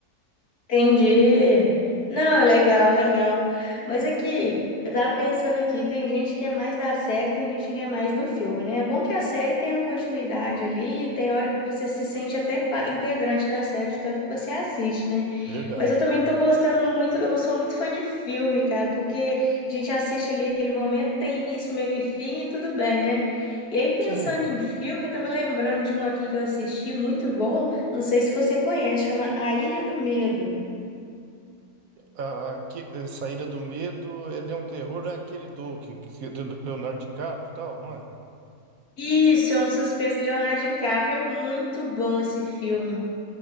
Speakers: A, on the left; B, on the right.
A: Entendi. Não, legal, legal. Mas aqui, eu tava pensando aqui, tem gente que é mais da série, tem gente que é mais do filme, né? É bom que a série tem a continuidade ali, tem hora que você se sente até pa- integrante da série, de tanto que você assiste, né?
B: Verdade.
A: Mas eu também tô gostando muito, eu sou muito fã de filme, cara, porque a gente assiste ali aquele momento, tem início, meio e fim e tudo bem, né? E aí, pensando
B: Sim,
A: em filme, eu tava lembrando de um aqui que eu assisti, muito bom, não sei se você conhece, chama A Ilha do Medo.
B: a, que- a Saída do Medo, ele é um terror, é aquele do, que, que- do Leonardo DiCaprio e tal, não é?
A: Isso, é um suspense do Leonardo DiCaprio. É muito bom esse filme.